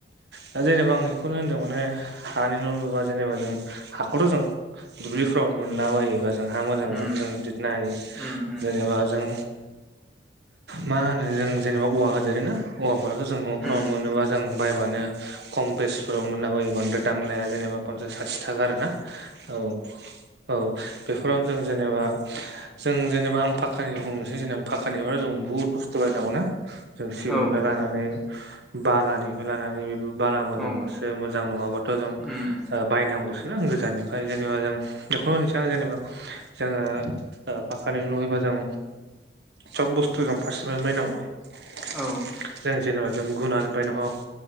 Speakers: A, on the right; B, in the centre.
A: दा जेनेबा आं बेखौनो होन्दों माने हानि न' लुबा जेनेबा जों हाखौथ' जों दुब्लिफ्राव मोनलाबायोबा जों हा मोजांब्लाथ
B: उम
A: जों दिरनो हायो
B: उम उम
A: जेनेबा जों मा होनो जों जेनेबा औवा होदेरो ना औवाफोराथ' जों न'फोराव
B: उम
A: नों जेनेबा जों बायबानो खम बेसनफोराव मोनलाबायो बांद्राय दाम लाया जेनेबा पनसास साथिथाखा आरो ना औ औ बेफोरावनो जों जेनेबा जों जेनेबा आं पाखानि बुंनोसै जेनेबा पाखानिबाथाय जों बुहुद बस्थु बायनांगौना जों सिमिथनिफ्राय
B: औ
A: लानानै बालानिफ्राय लानानै बाला मोजांबासो
B: औ
A: मोजां नङाबाथ' जों
B: उम
A: बायनांगौसोना गोजाननिफ्राय जेनेबा जों बेखौनो होन्नोसै आं जेनेबा जोङो ओ पखानि न'बा जों सब बुस्थु जों फारसेनिफ्राय बायनांगौ जों
B: औ
A: जेनेबा जों गुनानिफ्रायनो हक